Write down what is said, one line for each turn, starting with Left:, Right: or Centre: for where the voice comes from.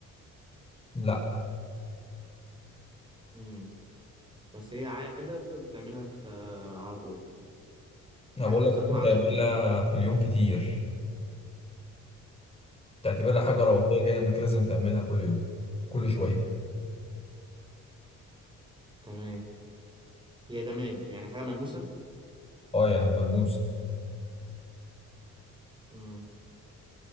Left: لا
Right: مم. بس هي عادة بتعملها انت على طول
Left: أنا
Right: حاجة
Left: بقول
Right: بنستخدمها
Left: لك ممكن
Right: عادة
Left: تعملها
Right: يعني
Left: في اليوم كتير تعتبرها حاجة
Right: امم
Left: روحية كده إنك لازم تعملها كل يوم كل شوية
Right: تمام هي جماد يعني حاجة ملموسة
Left: أه يا عم ملموسة
Right: امم